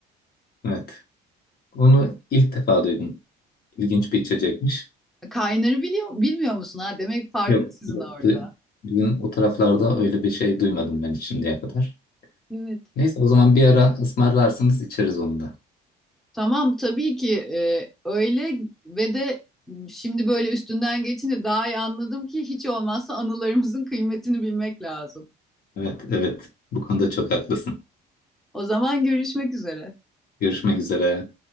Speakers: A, on the left (about 60°); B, in the centre.
A: Evet. Onu ilk defa duydum. İlginç bir içecekmiş.
B: Kaynarı biliyor, bilmiyor musun ha? Demek farklı
A: Yok,
B: sizin
A: yoktu.
B: orada.
A: Bizim o taraflarda öyle bir şey duymadım ben şimdiye kadar.
B: Evet.
A: Neyse o zaman bir ara ısmarlarsınız içeriz onu da.
B: Tamam tabii ki e, öyle ve de şimdi böyle üstünden geçince daha iyi anladım ki hiç olmazsa anılarımızın kıymetini bilmek lazım.
A: Evet, evet. Bu konuda çok haklısın.
B: O zaman görüşmek üzere.
A: Görüşmek üzere.